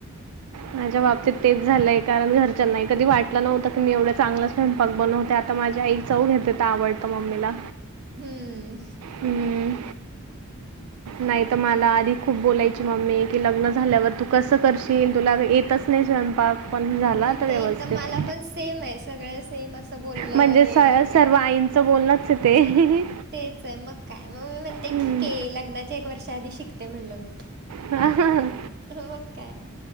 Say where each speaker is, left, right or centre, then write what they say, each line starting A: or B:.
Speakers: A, on the right; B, on the right.
A: माझ्या बाबतीत तेच झालंय कारण घरच्या नाही कधी वाट नव्हंत की मी एवढं चांगलं स्वयंपाक बनवते आता माझी आई चव घेते आवडतं मम्मीला
B: हम्म
A: हम् नाहीत मला आधी खूप बोलायची मम्मी कि लग्न झाल्यावर तू कसं करशील तुला येतच स्वयंपाक पण झाला आता
B: इथं
A: व्यवस्थित
B: इथं मला पण सेम आहे सगळं सेम असं बोलणं
A: म्हणजे
B: हे
A: स
B: मग काय
A: सर्व आईंचं बोलणच आहे ते
B: तेच आहे मग काय मग मी म्हणते
A: हम्म.
B: ठीक आहे लग्नाच्या एक वर्ष आधी शिकते म्हणलो मी
A: हा हा ह
B: हो मग काय